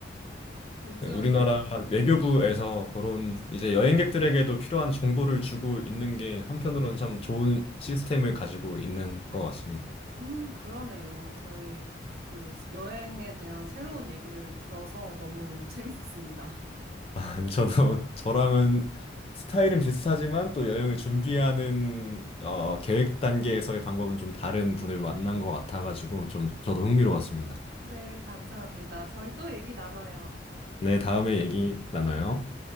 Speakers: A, on the right; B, on the left.
A: 요즘
B: 우리나라 외교부에서 그런 이제 여행객들에게도 필요한 정보를 주고 있는 게 한편으로는 참 좋은 시스템을 가지고 있는 것 같습니다.
A: 음, 그러네요. 저희 그 여행에 대한 새로운 얘기를 들어서 너무 재밌었습니다. <laughs>
B: <laughs> 저도 저랑은 스타일은 비슷하지만 또 여행을 준비하는 어, 계획 단계에서의 방법은 좀 다른 분을 만난 것 같아가지고 좀 저도 흥미로웠습니다.
A: 네, 감사합니다. 저희 또 얘기 나눠요.
B: 네, 다음에 얘기 나눠요.